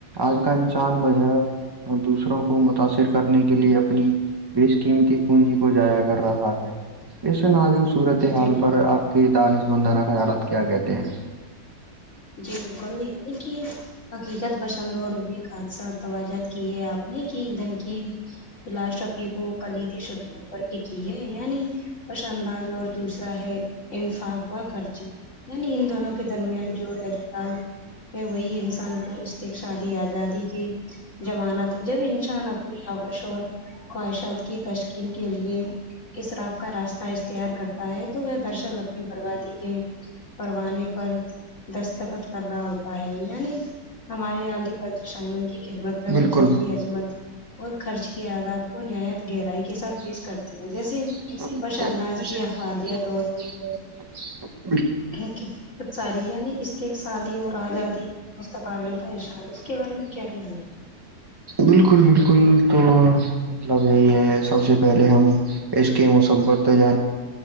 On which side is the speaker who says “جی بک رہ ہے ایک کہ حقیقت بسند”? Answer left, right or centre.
Left